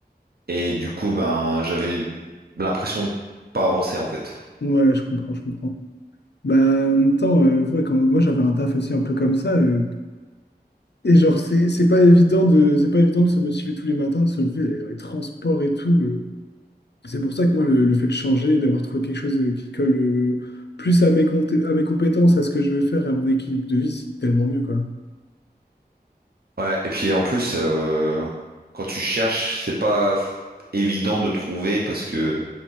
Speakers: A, on the right; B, on the left.
A: et du coup, ben, j'avais l'impression de pas avancer en fait.
B: Ouais, je comprends, je comprends. Bah, en même temps, euh, ouais, quand moi j'avais un taf aussi un peu comme ça, euh, Et genre, c'est c'est pas évident de, c'est pas évident de se motiver tous les matins, de se lever, d'aller dans les transports et tout. euh. C'est pour ça que moi, le, le fait de changer, d'avoir trouvé quelque chose euh, qui colle euh, plus à mes, compté- à mes compétences, à ce que je veux faire et à mon équilibre de vie, c'est tellement mieux, quoi.
A: Ouais, et puis en plus, euh, quand tu cherches, c'est pas f- évident de trouver parce que